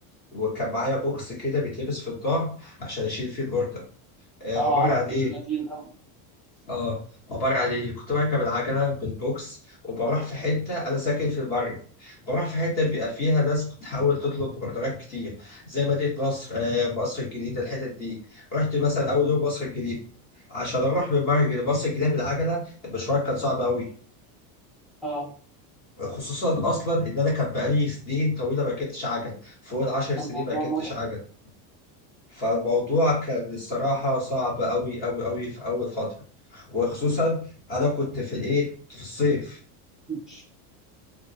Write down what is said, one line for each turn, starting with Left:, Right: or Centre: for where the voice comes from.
Left: وكان معايا بوكس كده بيتلبس في الظهر عشان أشيل فيه الأوردر، آه،
Centre: اه
Left: عبارة
Centre: عارفه
Left: عن إيه؟
Centre: ده بيبقى تقيل قوي
Left: اه عبارة عن ايه كنت بركب العجلة بالبوكس وبروح في حتة أنا ساكن في البرج بروح في حتة بيبقى فيها ناس بتحاول تطلب أوردرات كتير زي مدينة نصر آه، مصر الجديدة الحتت دي رحت مثلا أول يوم مصر الجديدة عشان أروح من البرج لمصر الجديدة بالعجلة المشوار كان صعب أوي
Centre: اه
Left: خصوصا أصلا إن أنا كان بقالي سنين طويلة ما ركبتش عجل فوق العشر سنين
Centre: الموضوع
Left: ما ركبتش
Centre: متعب
Left: عجل فالموضوع كان الصراحة صعب أوي أوي أوي في أول فترة وخصوصا أنا كنت في الإيه كنت في الصيف
Centre: مش